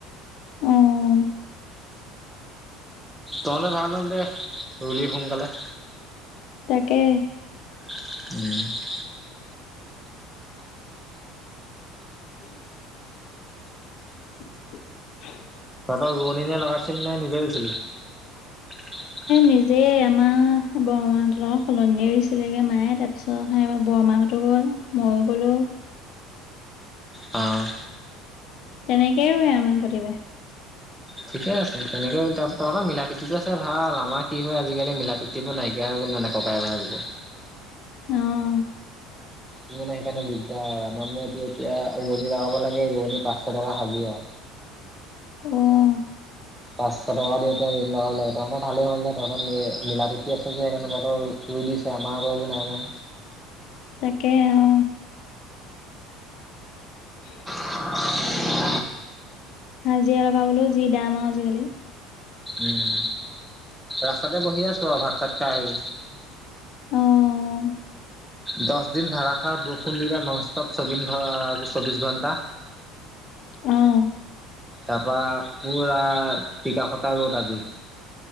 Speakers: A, on the left; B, in the centre.
A: অঁ'
B: তহঁত ভাল হ'ল দে, ৰুলি সোনকালে।
A: তাকে।
B: উম'
A: <inaudible> <inaudible>
B: তহত ৰোৱণি নে লগাইছিলি নে‌ নিজে ৰুইছিলি। <inaudible>
A: নিজেই, আমা বৰমাহঁতৰ লগত সলনি এৰিছিলেগে, মায়ে তাৰপিছত সেই বৰমাহঁতো গ'ল- ময়ো গলোঁ-
B: অঁ'
A: তেনেকেই ৰুৱে আমাৰ প্ৰতিবায়।
B: ঠিকে আছে। তেনেকে তহত মিলা প্ৰীতিতো আছে ভাল আমাৰ কি হয়, আজিকালি মিলা- প্ৰিতিবো নাইকিয়া হৈ গ'ল মানে ককাই ভাই বোকোত।
A: অঁ'
B: ত মানে সেইকাৰণে দিগদাৰ আৰু আমাৰ মানে এইটো এতিয়া ৰোৱনী লগাব লাগে, ৰোৱনী পাঁচশ টকা সাজিৰা।
A: অঁ'
B: পাঁচশ টকা দি এতিয়া ৰুৱণি লগাব লাগে, তঁতৰ ভালেই হ'ল তহঁতৰ মিলাপীতি আছে, যে সেইকাৰণে তঁতৰ ৰু- ৰুই দিছে আমাৰ আক এইবোৰ নাই নহয়।
A: তাকে, অঁ। <inaudible>
B: <inaudible>
A: হাজিৰা লগাবলৈও যি দাম আৰু আজিকালি।
B: উম' ৰাস্তাতে বহি আছো আও ভাত চাত খাই আহি।
A: অঁ'
B: দছ দিন ধাৰষাৰ বৰষুণ দিলে নষ্টত চবিন ঘ চৌবিশ ঘণ্টা।
A: অঁ'
B: তাপা পুৰা টিকাফতা ৰদ আজি।